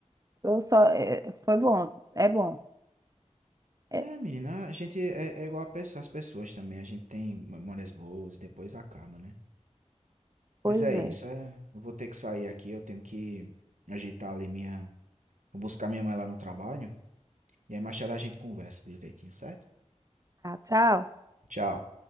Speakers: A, on the right; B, on the right.
A: eu só, é, foi bom, é bom. É,
B: É, menina, a gente é, é igual a pessoa- as pessoas também, a gente tem memórias boas, depois acaba, né?
A: pois
B: Mas é
A: é.
B: isso, é, eu vou ter que sair aqui, eu tenho que ajeitar ali minha, vou buscar minha mãe lá no trabalho, e aí mais tarde a gente conversa direitinho, certo?
A: Tá, tchau.
B: Tchau.